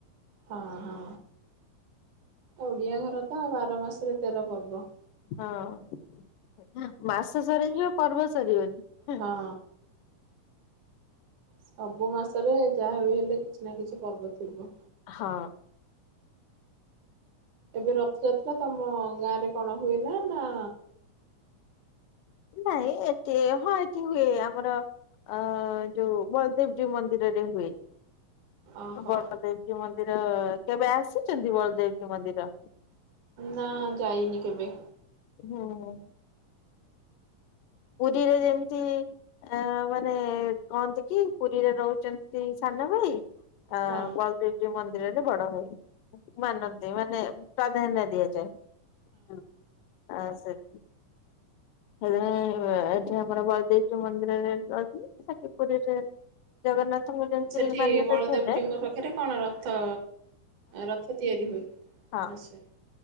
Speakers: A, on the right; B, on the left.
A: ହଁ ହଁ। ଓଡିଆ ଘର ତ ବାର ମାସରେ ତେର ପର୍ବ।
B: ହଁ ମାସ ସରିଯିବ ପର୍ବ ସରିବନି।
A: ହଁ ସବୁ ମାସରେ ଯାହା ବି ହେଲେ କିଛି ନା କିଛି ପର୍ବ ଥିବ।
B: ହଁ।
A: ଏବେ ରଥଯାତ୍ରା ତମ ଗାଁ ରେ କଣ ହୁଏନା ନା?
B: ନାଇଁ। ଏ ହଁ ଏଠି ହୁଏ ଆମର ଅ ଯୋଉ ବଲଦେବଜୀ ମନ୍ଦିରରେ ହୁଏ।
A: ଓହୋ
B: ବଲଦେବଜୀ ମନ୍ଦିର। ତ କେବେ ଆସୁଛନ୍ତି ବଳଦେବଜୀ ମନ୍ଦିର?
A: ନା ଯାଇନି କେବେ।
B: ହଁ। ପୁରୀରେ ଯେମିତି ଆଁ ମାନେ କହନ୍ତି କି ପୁରୀରେ ରହୁଚନ୍ତି ସାନ ଭାଇ। ଆ
A: ହଁ
B: ବଳଦେବୀଜିଉ ମନ୍ଦି ରେ ବଡଭାଇ ମାନନ୍ତି ମାନେ ପ୍ରାଧାନ୍ୟ ଦିଆଯାଏ। ହଁ ଆଁ ସେ ହେତିପାଇଁ ଏଠି ଆମର ବଳଦେବଜିଉ ମନ୍ଦିରରେ <unintelligible> ପୁରୀରେ ଜଗନ୍ନାଥଙ୍କୁ ଯେମିତି
A: ସେଠି
B: ମାନ୍ୟତା
A: ବଳଦେବଜୀଉଙ୍କ
B: ଦିଆଯାଏ
A: ପାଖରେ କଣ ରଥ ରଥ ତିଆରି ହୁଏ
B: ହଁ।
A: ଆଛା।